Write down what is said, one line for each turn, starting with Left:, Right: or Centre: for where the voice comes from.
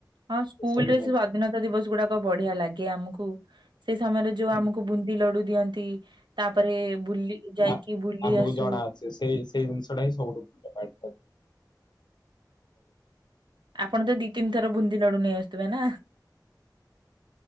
Right: ହଁ ସ୍କୁଲ
Left: ସ୍ଵାଧୀନ
Right: ରେ ସ୍ଵାଧୀନତା ଦିବସ ଗୁଡାକ ବଢିଆ ଲାଗେ ଆମକୁ ସେ ସମୟରେ ଯୋଉ
Left: ହଁ
Right: ଆମକୁ ବୁନ୍ଦି ଲଡୁ ଦିଅନ୍ତି ତାପରେ ବୁଲି ଯାଇକି
Left: ଆ
Right: ବୁଲି
Left: ଆମକୁ
Right: ଆସୁ।
Left: ଜଣା ଅଛି ସେଇ ସେଇ ଜିନିଷଟା ହିଁ ସବୁଠୁ ଭଲଟାଲ
Right: ଆପଣ ତ ଦି ତିନି ଥର ବୁନ୍ଦି ଲଡୁ ନେଇ ଆସୁଥିବେ ନା।